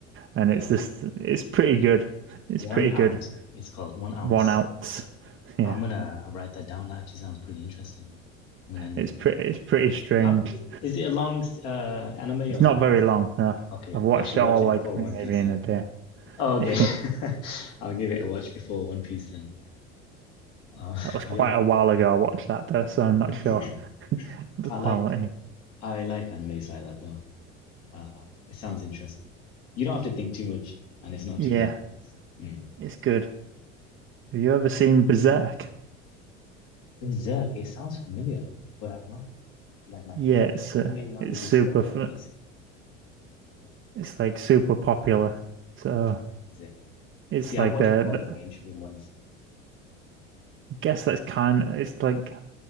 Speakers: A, on the right; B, on the left.
A: and
B: yeah.
A: it's just it's pretty good. It's
B: One
A: pretty
B: out.
A: good.
B: It's called one ounce.
A: One out. Yeah.
B: I'm gonna write that down. That actually sounds pretty interesting. I'm gonna end
A: It's
B: up
A: pretty it's pretty strange.
B: How i- is it a long s- uh anime
A: It's
B: or
A: not
B: no?
A: very long, no.
B: Okay,
A: I've watched
B: I should
A: it
B: watch
A: all
B: it
A: like
B: before
A: maybe
B: One Piece,
A: in
B: huh?
A: a day.
B: Oh, okay.
A: <laughs>
B: <laughs> I'll give it a watch before One Piece then. Uh, <laughs>
A: That was
B: yeah,
A: quite a while ago I watched that though, so I'm not
B: <clears throat>
A: sure
B: I
A: the
B: like
A: quality.
B: I like animes like that though. Uh, it sounds interesting. You don't have to think too much, and it's not
A: Yeah,
B: too long. Mm.
A: it's good. Have you ever seen Berserk?
B: Berserk, it sounds familiar, but I've not. I feel like my
A: Yeah,
B: ana-
A: it's uh,
B: anime knowledge
A: it's super
B: is so
A: f-
B: uh, basic. Mm.
A: it's like super popular. So
B: Oh, how is it?
A: it's
B: See,
A: like
B: I've watched
A: the,
B: all
A: the
B: the mainstream ones.
A: I guess that's kind of it's like